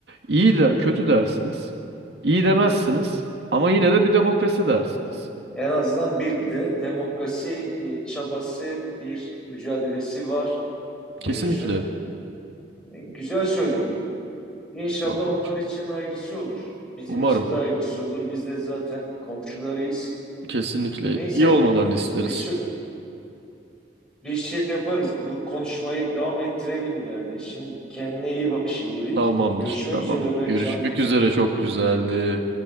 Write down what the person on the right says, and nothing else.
iyi de kötü dersiniz. iyi demezsiniz ama yine de bir demokrasi dersiniz.
Kesinlikle.
Tamamdır.
Umarım.
Kesinlikle
iyi olmalarını isteriz.
Tamamdır.
Tamam.
Görüşmek üzere çok güzeldi.